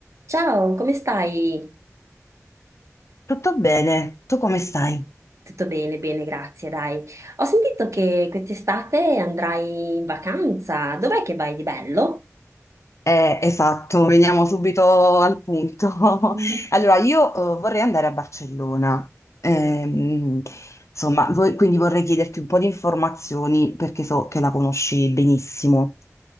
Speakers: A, on the right; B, on the left.
A: Ciao, come stai?
B: Tutto bene, tu come stai?
A: Tutto bene, bene, grazie, dai. Ho sentito che quest'estate andrai in vacanza. Dov'è che vai di bello?
B: Eh, esatto, veniamo subito al punto.
A: Mhm.
B: <laughs> Allora, io eh, vorrei andare a Barcellona. Ehm, insomma, vo- quindi vorrei chiederti un po' di informazioni perché so che la conosci benissimo.